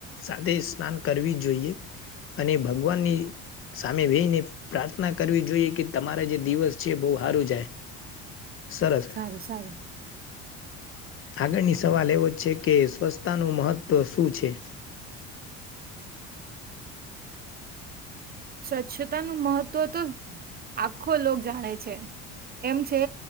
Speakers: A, on the left; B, on the right.
A: સાથે સ્નાન કરવી જોઈએ અને ભગવાનની સામે બેહી ને પ્રાર્થના કરવી જોઈએ કે તમારા જે દિવસ છે જે બહ હારું જાય. સરસ.
B: સારું સારું.
A: આગળની સવાલ એવો જ છે, કે સ્વચ્છતાનું મહત્વ શું છે?
B: સ્વચ્છતાનું મહત્ત્વ તો આખો લોક જાણે છે, એમ છે